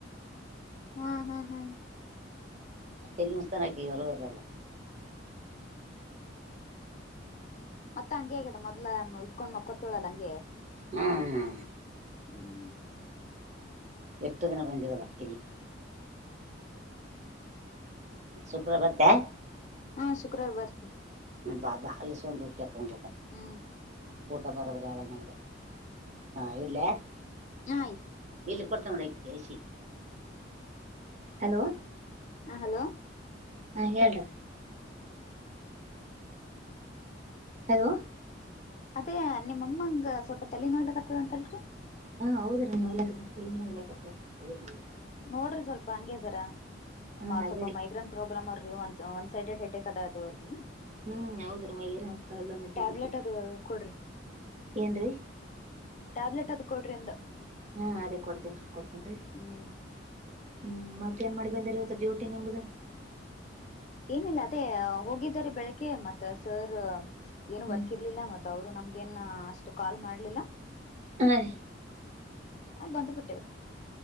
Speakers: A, on the left; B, on the right.
A: ಹ್ಮ್ ಹ್ಮ್ ಹ್ಮ್
B: ತಲೀ ನುಸಿತಂದ್ರ ಆಕೆಗೆ ಅರಿವು ಇರಲ್ಲ
A: ಮತ್ತತ್ ಹಂಗೆ ಆಗ್ಯದ ಮೊದಲ ಇಡ್ಕೊಂಡ್ ಮಕ್ಕೊತ್ತಳಲ್ಲ ಹಂಗೆ
B: ಹ್ಮ್
A: ಹ್ಮ್
B: ಎತ ದಿನ ಬಂದಿಗಳತ್ತು ಶ್ರುಕವಾರಾ ಬರ್ತ್
A: ಹಾ ಶುಕ್ರವಾರ ಬರ್ತಿ
B: ಬಾಾ ಸೊಂಡ ಕೊಂಡ
A: ಹ್ಮ್
B: ಊಟ ಬರಬರಿ ಆಗಂಗಿಲ್ಲ ನಿನಗೆ
A: ಹಾಯ್
B: ಇಲ್ಲಿ ಕೊಡ್ತಾ ನೋಡ ಐ ಹಲೋ
A: ಹಾ ಹಲೋ
B: ಹಾ ಹೇಳ್ರ ಹಲೋ
A: ಅದೇ ನಿಮ್ಮಮ್ಮಂಗ ಸ್ವಲ್ಪ ತಲೆ ನೋ್ಲಕ್ ಆತ್ತತದ ಅಂತಲ್ರಿ
B: ಹಾ ಹೌದ್ರೀ ತಲೆ ನೋಯ್ತಾ ಇದೆ
A: ನೋಡ್ರಿ ಸ್ವಲ್ಪ ಹಂಗೆ ಜರಾ
B: ಹಾ ಅದೇ
A: ಸ್ವಲ್ಪ
B: ರೀ
A: ಮೈಗ್ರೇನ್ ಪ್ರಾಬ್ಲಮ್ ರಿ ಒನ್ ಸೈಡೆಡ್ ಹೆಡ್ಡಕ್ ಅದ್ದು ಅವ್ರಿಗೆ
B: ಹ್ಮ್ ಹೌದ್ರೀ ಮೈರನ್ ಪ್ರಾಬ್ಲಮ್ ಇದ್ದದಗೆ
A: ಟ್ಯಾಬ್ಲೆಟ್ ಅದು ಕೊಡ್ರಿ
B: ಏನ್ರೀ
A: ಟ್ಯಾಬ್ಲೆಟ್ ಅದ ಕೊಡ್ರಿ ಅಂದೆ
B: ಹಾ ಅದೇ ಕೊಡ್ತೇನ್ರಿ ಕೊಡ್ತೇನ್ರಿ
A: ಹ್ಮ್
B: ಹ್ಮ್ ಮತ್ತೆ ಮತ್ತೆ ಏನ್ ಮಾಡಿ ಬಂದೇರಿ ಇವತ್ತು ಡ್ಯೂಟಿ ನಿಮ್ಮದು
A: ಏನಿಲ್ಲ ಅದೇ ಹೋಗಿದ್ದಾರೆ ಬೆಳಿಗ್ಗೆ ಮತ್ತ ಸರ್ ಏನು
B: ಹ್ಮ್
A: ವರ್ಕ್ ಇರ್ಲಿಲ್ಲ ಮತ್ತ ಅವರು ನಮ್ಗೆ ನ್ ಅಷ್ಟು ಕಾಲ್ ಮಾಡ್ಲಿಲ್ಲ
B: ಹಾ ರೀ
A: ಆ ಬಂದುಬಿಟ್ಟ